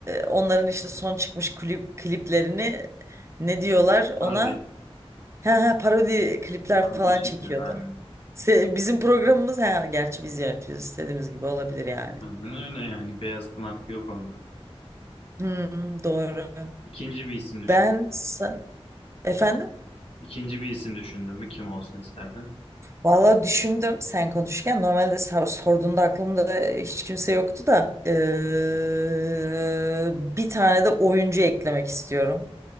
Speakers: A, on the right; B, on the left.
A: e, onların işte son çıkmış klip, kliplerini ne diyorlar
B: parodi.
A: ona ha, ha, parodi klipler
B: Parodi
A: falan
B: çekiyordu
A: çekiyordu.
B: aynen.
A: Se- bizim programımız ha gerçi biz yönetiyoruz istediğimiz gibi olabilir yani.
B: Aynen öyle yani. Beyazıt'ın hakkı yok onda.
A: Hmm, doğru.
B: İkinci bir isim düşün.
A: Ben sa- efendim
B: İkinci bir isim düşündün mü kim olsun isterdin?
A: Valla düşündüm sen konuşurken normalde sor- sorduğunda aklımda hiç kimse yoktu da eee, bir tane de oyuncu eklemek istiyorum.